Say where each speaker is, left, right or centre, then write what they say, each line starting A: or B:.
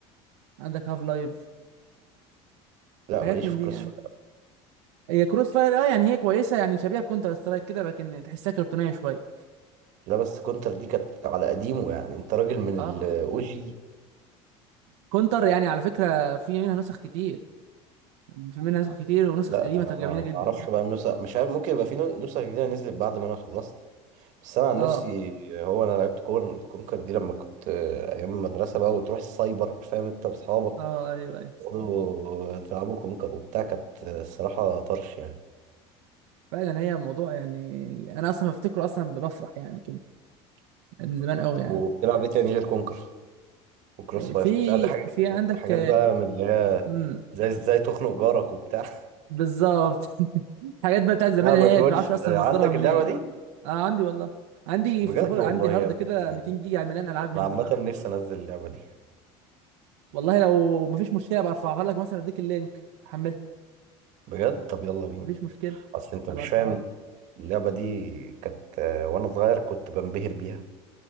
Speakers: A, on the right; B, on the right.
A: عندك هاف لايف
B: لا
A: حاجات
B: ماليش
A: من
B: في
A: دي
B: كروس
A: يعني
B: فاير
A: هي كروس فاير اه يعني هي كويسه يعني شبيهه بكونتر سترايك كده لكن تحسها كرتونيه شويه
B: لا بس كونتر دي كانت على قديمه يعني انت راجل من
A: اه
B: الاو جي
A: كونتر يعني على فكره في منها نسخ كتير في منها نسخ كتير ونسخ
B: لا
A: قديمه
B: انا
A: جميله
B: ما
A: جدا
B: ما اعرفش بقى النسخ مش عارف ممكن يبقى في نو- نسخ جديده نزلت بعد ما انا خلصت بس انا عن
A: اه
B: نفسي هو انا لعبت كون كونكر دي لما كنت آه، ايام المدرسه بقى وتروح السايبر فاهم انت واصحابك
A: اه ايوه ايوه
B: تقعدوا تلعبوا كونكر وبتاع كانت آه، الصراحه طرش يعني
A: فعلا هي موضوع يعني انا اصلا بفتكره اصلا بفرح يعني كده من زمان قوي
B: طب
A: يعني
B: وبتلعب ايه تاني غير كونكر وكروس
A: آه،
B: فاير
A: في
B: بتلعب حاجات
A: في عندك
B: حاجات بقى من اللي هي
A: امم
B: زي ازاي تخنق جارك وبتاع <laughs>
A: بالظبط <laughs> الحاجات بقى بتاعت زمان
B: لا
A: اللي
B: ما
A: هي
B: تقولش
A: ما تعرفش اصلا
B: عندك
A: مصدرها منين
B: اللعبه دي
A: اه عندي والله عندي
B: بجد
A: فخور
B: والله
A: عندي هارد
B: يا ابن
A: كده
B: اللعيبة
A: 200 جيجا مليان العاب من
B: انا عامة
A: دي بقى
B: نفسي انزل اللعبة دي
A: والله لو مفيش مشكله برفعها لك مثلا اديك اللينك تحملها
B: بجد طب يلا
A: مفيش
B: بينا
A: مشكله
B: اصل انت مش
A: هبقى ارفعها
B: فاهم
A: لك
B: اللعبة دي كانت آه، وانا صغير كنت بنبهر بيها